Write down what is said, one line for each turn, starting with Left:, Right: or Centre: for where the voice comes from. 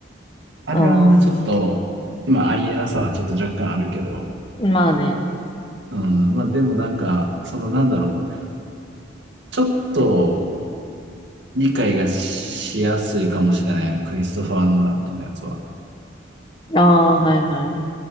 Right: あれはな、
Left: ああ、
Right: ちょっと、まあ、ありえなさはちょっと若干あるけど、
Left: まあね。
Right: うん。まあ、でもなんか、その、なんだろう。ちょっと理解がしやすいかもしれない、クリストファー・ノーランドのやつは。
Left: ああ、はいはい。